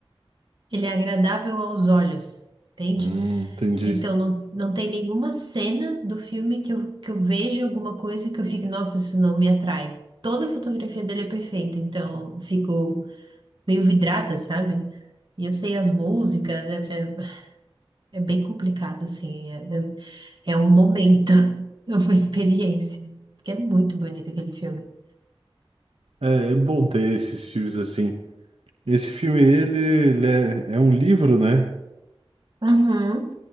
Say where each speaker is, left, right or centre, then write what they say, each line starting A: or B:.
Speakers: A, on the right (about 55°); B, on the right (about 75°).
A: Ele é agradável aos olhos, entende?
B: Hum, entendi.
A: Então não, não tem nenhuma cena do filme que eu, que eu veja alguma coisa que eu fique, nossa, isso não me atrai. Toda a fotografia dele é perfeita, então eu fico meio vidrada, sabe? E eu sei as músicas, é, é, é bem complicado, assim. É, é, é um momento, <laughs> é uma experiência. Porque é muito bonito aquele filme.
B: É, é bom ter esses filmes assim. Esse filme, ele, ele é, é um livro, né?
A: Uhum.